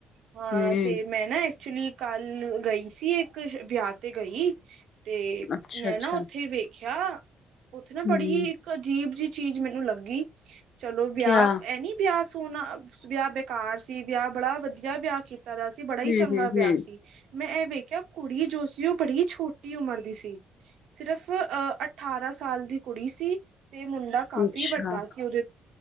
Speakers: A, on the right (about 75°); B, on the left (about 60°).
A: ਹਾਂ
B: ਹਮ
A: ਤੇ ਮੈਂ ਨਾ ਐਕਚੁਲੀ ਕੱਲ ਗਈ ਸੀ ਇੱਕ ਵਿਆਹ ਤੇ ਗਈ ਤੇ
B: ਅੱਛਾ
A: ਮੈਂ
B: ਅੱਛਾ
A: ਨਾ ਉੱਥੇ ਵੇਖੀ ਖਿਆ ਉੱਥੇ ਨਾ
B: ਹਮ
A: ਬੜੀ ਇੱਕ ਅਜੀਬ ਜਿ ਚੀਜ਼ ਮੈਨੂੰ ਲੱਗੀ ਚਲੋ ਵਿਆਹ
B: ਕਿਆ
A: ਐਨੀ ਵਿਆਹ ਵਿਆਹ ਬੇਕਾਰ ਸੀ ਵਿਆਹ ਬੜਾ ਵਧੀਆ ਵਿਆਹ ਕੀਤਾ ਦਾ ਸੀ ਬੜਾ
B: ਹਮ
A: ਹੀ ਚੰਗਾ
B: ਹਮ ਹਮ
A: ਵਿਆਹ ਸੀ। ਮੈਂ ਇਹ ਵੇਖਿਆ ਕੁੜੀ ਜੋ ਸੀ ਉਹ ਬੜੀ ਛੋਟੀ ਉਮਰ ਦੀ ਸੀ ਸਿਰਫ਼ ਅਹ ਅਠਾਰਾਂ ਸਾਲ ਦੀ ਕੁੜੀ ਸੀ। ਤੇ ਮੁੰਡਾ ਕਾਫ਼ੀ
B: ਅੱਛਾ
A: ਵੱਡਾ ਸੀ ਉਹਦੇ